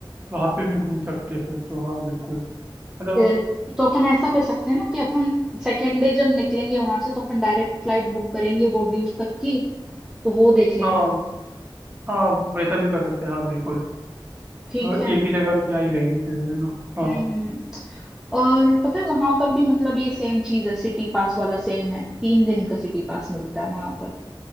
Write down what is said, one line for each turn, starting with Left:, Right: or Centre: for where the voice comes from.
Right: वहाँ पे भी घूम सकते हैं फिर तो हाँ बिल्कुल मतलब
Centre: अ, तो अपन ऐसा कर सकते हैं ना कि अपन सेकेंड डे जब निकलेंगे वहां से तो अपन डायरेक्ट फ्लाइट बुक करेंगे बोर्डियूस तक की तो वो देख लेंगे
Right: हाँ हाँ वैसा भी कर सकते हैं हाँ बिल्कुल
Centre: ठीक
Right: अ,
Centre: है
Right: एक ही जगह क्या ही रहेंगे इतने दिन है ना हाँ
Centre: हम्म हम्म हम्म। और पता है वहां पर भी मतलब ये सेम चीज है सिटी पास वाला सेम है तीन दिन का सिटी पास मिलता है वहां पर